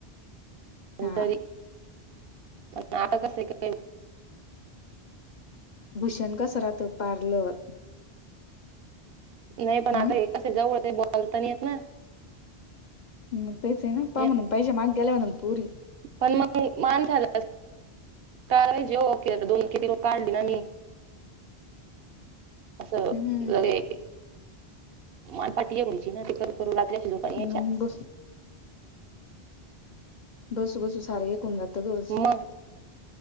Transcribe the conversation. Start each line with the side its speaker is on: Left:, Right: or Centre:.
Left: हा
Right: परी नाता कस <inaudible>
Left: भूषण कसरात पार्लर.
Right: नाही पण
Left: हम्म
Right: आता ए कसं जव- बोलतानी येत ना.
Left: मंग तेच हेना, पा
Right: ये-
Left: म्हणून पैसे मागेला म्हणून पोरी.
Right: पण मग, मान झाला. कालवायचेे ओके दोन कि तीन काढली ना मी. आसं
Left: हम्म
Right: लगे मनपाटी व्हायची ना. ते करू करू रात्री अस दुकान यायच्या.
Left: मग बस बसू सारं एकून जातं गस.
Right: मग